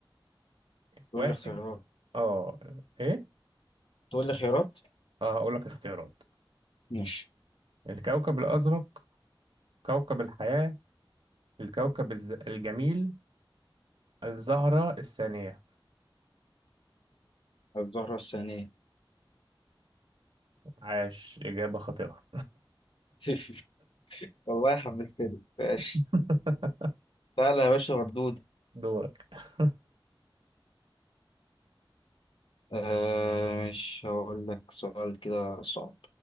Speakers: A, on the left; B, on the right.
A: تقول
B: واحد
A: لي اختيارات
B: آه إيه
A: تقول لي خيارات
B: آه هقول لك اختيارات
A: ماشي
B: الكوكب الأزرق كوكب الحياة الكوكب الز- الجميل الزهرة الثانية
A: الزهرة الثانية
B: عاش إجابة خاطئة
A: <laughs> والله حمستني ماشي
B: <laughs>
A: تعالى يا باشا مردود
B: دورك <laughs>
A: آه مش هقول لك سؤال كده صعب